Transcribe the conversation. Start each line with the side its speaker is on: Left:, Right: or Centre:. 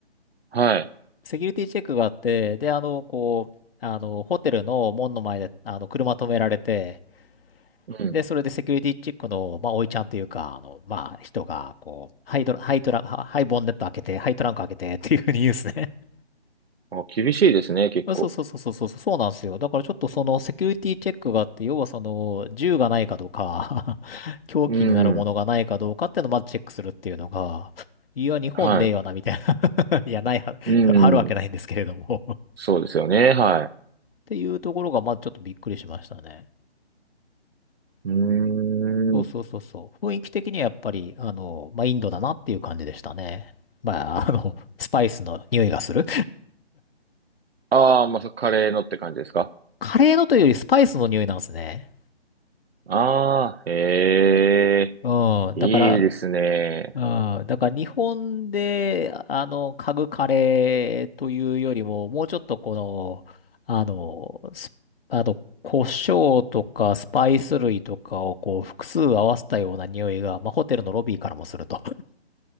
Right: はい、
Left: セキュリティチェックがあって、で、あの、こう、あの、ホテルの門の前で、あの、車止められて、
Right: うん。
Left: で、それでセキュリティチェックの、まあ、おいちゃんというか、あの、まあ、人が、こう、ハイドラ、ハイトラ、ハハイボンネット開けて、ハイトランク開けてっていうふうに言うんですね。<laughs>
Right: あ、厳しいですね、結構。
Left: そうそうそうそうそうそう、そうなんですよ。だからちょっとそのセキュリティチェックがあって、要はその、銃がないかどうか <laughs> 凶器になるものがないかどうかっていうのをまずチェックするっていうのが、
Right: うん、
Left: いや、日本ねえよな、
Right: はい、
Left: みたいな。<laughs> いや、ないは、
Right: うん。
Left: <laughs> あるわけないんですけれども <laughs> うんっ
Right: そうですよね、は
Left: ていうところが、まずちょっとびっくりしましたね。
Right: い。うーん。
Left: うんそうそうそうそう。雰囲気的にはやっぱり、あの、まあ、インドだなっていう感じでしたね。まあ、あの、スパイスの匂いがする。
Right: ああ、まあ、そカレーのって感じですか
Left: カレーのというよりスパイスの匂いなんですね。
Right: ああー、へえ、
Left: うん。
Right: いいですね。
Left: だから、うん。だから日本で、あの、嗅ぐカレーというよりも、もうちょっとこの、あの、スあの、胡椒とかスパイス類とかをこう複数合わせたような匂いが、まあ、ホテルのロビーからもすると。